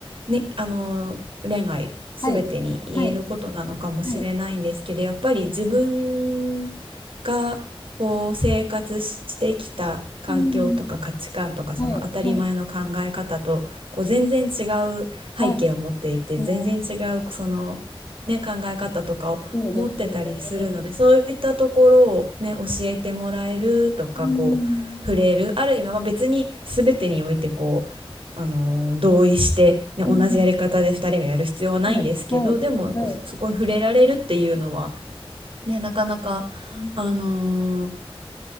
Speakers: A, on the right; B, on the left.
A: ね、あの恋愛すべてに言えることなのかもしれないんですけど、
B: はい、はい、はい、
A: やっぱり自分がこう生活してきた環境とか価値観とかその当たり前の考え方とこう全然違う背景を持っていて、
B: うん、はい、はい、はい、うん、
A: 全然違うその、ね、考え方とかを持ってたりするので、
B: そうですよね。
A: そういったところを、ね、教えてもらえるとか、
B: うん、
A: こう触れるある意味、まあ、別に全てにおいてこう、あのー同意して、ね、
B: うん、
A: 同じやり方で2人がやる必要はないんですけどでもこうそこに触れられるっていうのは、
B: はい、はい、はい、
A: ね、なかなか、
B: うん、
A: あのー